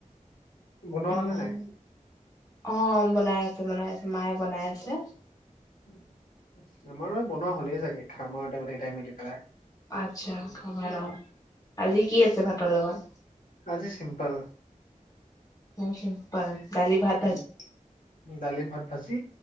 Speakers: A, on the left; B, on the left.
A: বনোৱা
B: ইমান
A: হলে নাই
B: অ', বনাই আছে বনাই আছে মায়ে বনাই আছে।
A: উ আমাৰো বনোৱা হ'লেই চাগে খামাৰতে গোটকেইটাই মিলি পেলাই।
B: আচ্ছা খাবা লওঁ আজি কি আছে ভাতৰ লগত?
A: আজি চিম্পল।
B: ন চিম্পল দালি ভাত
A: উম
B: ভাজি
A: দালি ভাত ভাজি